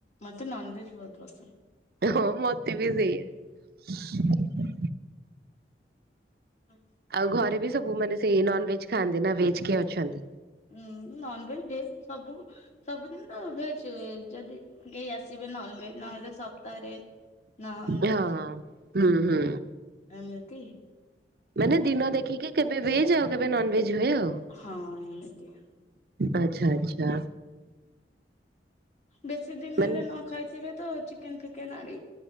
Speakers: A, on the left (about 40°); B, on the right (about 55°).
A: ମତେ ନନ୍ ଭେଜ୍ ବହୁତ ପସନ୍ଦ।
B: ହଁ ମତେ ବି ସେୟା।
A: ହଁ।
B: ଆଉ ଘରେ ବି ସବୁ ମାନେ ସେଇ ନନ୍ ଭେଜ୍ ଖାଆନ୍ତି ନା ଭେଜ କିଏ ଅଛନ୍ତି?
A: ଉୁଁ ନନ୍ ଭେଜ୍ ସବୁ। ସବୁଦିନ ତ ଭେଜ ଯଦି କେହି ଆସିବେ ନନ୍ ଭେଜ୍ ନହେଲେ ସପ୍ତାହରେ ନନଭେଜ
B: ହଁ, ହୁଁ ହୁଁ
A: ଏମିତି
B: ମାନେ ଦିନ ଦେଖିକି କେବେ ଭେଜ ଆଉ କେବେ ନନ୍ ଭେଜ୍ ହୁଏ ଆଉ।
A: ହଁ ଏମିତିଆ
B: ଆଚ୍ଛା ଆଚ୍ଛା।
A: ବେଶୀ ଦିନ
B: ମାନେ
A: ହେଲେ ନ ଖାଇଥିବେ ତ ଚିକେନ ଫିକେନ ଆଣି